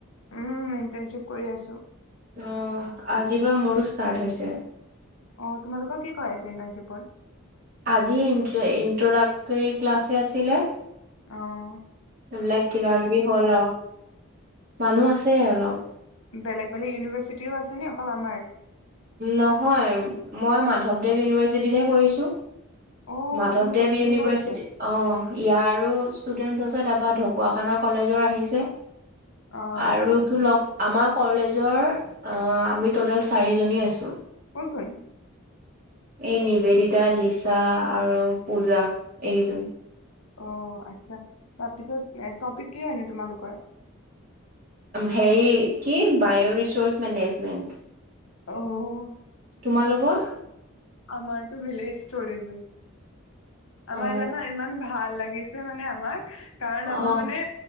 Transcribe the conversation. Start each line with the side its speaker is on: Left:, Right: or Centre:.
Left: উম ইণ্টাৰনশ্বিপ কৰি আছো।
Right: অঁ আজিৰ পৰা মোৰো ষ্টাৰ্ট হৈছে।
Left: অঁ তোমালোকৰ কি কৰাইছে ইণ্টাৰ্ণশ্বিপত।
Right: আজি ইণ্ট্ৰডাক্টৰী ক্লাছে আছিলে।
Left: অহঁ।
Right: এইবিলাক কিবা কিবি হ'ল আৰু মানুহ আছে অলপ।
Left: বেলেগ বেলেগ ইউনিভাৰ্চিটিৰো আছে ন অকল আমাৰ।
Right: নহয় মই মাধৱদেৱ ইউনিভাৰ্চিটিতহে কৰিছো।
Left: অ'
Right: মাধৱদেৱ
Left: তুমি বেলেগকে
Right: ইউনিভাৰ্চিটি
Left: কৰিছা।
Right: অ ইয়াৰ। ষ্টুডেন্ট আছে তাৰ পৰা ঢকুৱাখানা কলেজৰ আহিছে
Left: অ'
Right: আৰু লগ আমাৰ কলেজৰ আমি টটেল চাৰি জনী আছো।
Left: কৈ
Right: এই নিবেদিতা লিচা আৰু পূজা এইকেইজনী
Left: অ আচ্ছা তাৰপিছত টপিক কি হয়নে তোমালোকৰ?
Right: হেৰি কি বায়' ৰিচৰ্চ মেনেজমেণ্ট
Left: আহ,
Right: তোমালোকৰ?
Left: আমাৰতটো ভিলজ আমাৰ
Right: অ
Left: জানো ইমান ভাল লাগি। মানে আমাক কাৰণ আমাৰ
Right: অ
Left: মানে